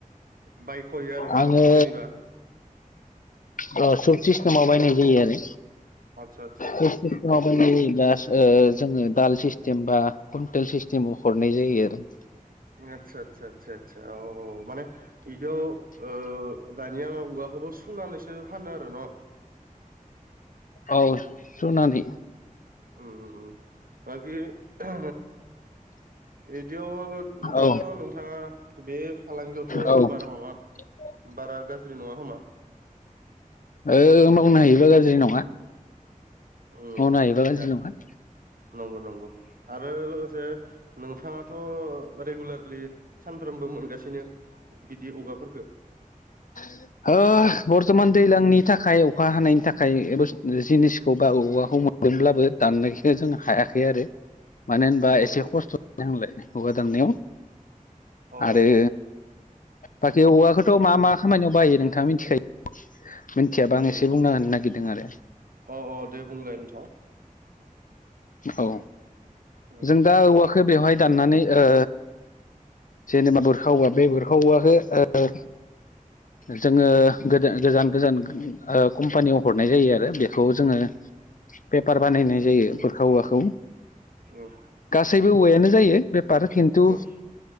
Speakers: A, on the right; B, on the left.
A: बायख'यो आरो न'
B: आङो
A: जेनेबा
B: पुत सिस्टेमाव बायनाय जायो आरो
A: आतसा आतसा आतसा
B: पुत सिस्टेमाव दा जोङो दाल सिस्टेम बा कुइन्टेल सिस्टेमाव हरनाय जायो आरो
A: आतसा आतसा आतसा आतसा औ माने बिदियाव दानिया औवाखौबो सुनानैसो फानो आरो न'
B: औ सुनानै
A: उ उ बाखि ओ बिदियाव दाथ'
B: औ
A: नोंथाङा बे फालांगियावथ'
B: औ
A: बारा माबा
B: <inaudible>
A: बारा गाज्रि नङा खोमा
B: ओ मावनो हायोबा गाज्रि नङा
A: उम
B: मावनो हायोबा गाज्रि नङा।
A: नंगौ नंगौ आरो लोगोसे नोंथाङाथ' रेगुलारलि सानफ्रोमबो मोनगासिनो बिदि औवाफोरखौ
B: <inaudible> ओ बर्थमान दैज्लांनि थाखाय अखा हानायनि थाखाय जिनिसखौ बा औवाखौ मो- नोब्लाबो दाननायखौ जों हायाखै आरो
A: <inaudible>
B: मानो होनबा
A: औ
B: एसे
A: औ
B: खस्थ' जायो नालाय औवा दाननायाव
A: औ
B: आरो बाखि औवाखौथ' मा मा खामानियाव बाहायो नोंथाङा मिथिखायो मोनथियाबा
A: उम
B: आं एसे
A: उम
B: बुंना होनो नागिरदों आरो
A: अ अ दे बुंलाय नोंथां
B: औ
A: उम
B: जों दा औवाखो बेवहाय दाननानै ओ जेनेबा बुरखा औवा बे बुरखा औवाखो ओ जोङो गोदो गोजान गोजान कम्पानियाव हरनाय जायो आरो बेखौ जोङो पेपार बानायनाय जायो औवाखौ
A: उम
B: गासैबो औवायानो जायो फेफार खिन्थु
A: उम